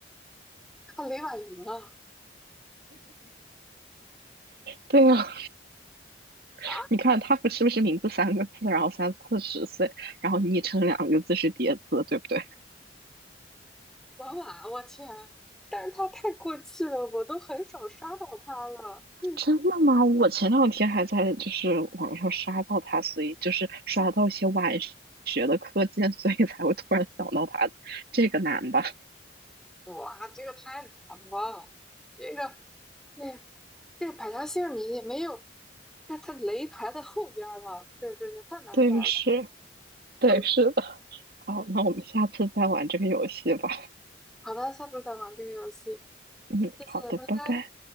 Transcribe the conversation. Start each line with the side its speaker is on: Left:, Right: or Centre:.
Centre: 啊，雷婉莹啊，
Right: <laughs> 对呀，<laughs>
Centre: 啊，
Right: 你看他不是不是名字三个字，然后三四十岁，然后昵称两个字是叠字，对不对？
Centre: 婉婉，我天！但是他太过气了，我都很少刷到他了。
Right: <laughs>
Centre: 嗯
Right: 真的吗？我前两天还在就是网上刷到他，所以就是刷到一些晚学的课件，所以才会突然想到他的。这个难吧？
Centre: 哇，这个太难了，这个对，这个百家姓儿你也没有，这他雷排在后边儿了，这这这太难在了。
Right: 对，是，对，
Centre: 嗯，
Right: 是的。好，那我们下次再玩这个游戏吧。
Centre: 好的，下次再玩这个游戏，
Right: 嗯，
Centre: 谢谢，
Right: 好的，
Centre: 拜拜。
Right: 拜拜。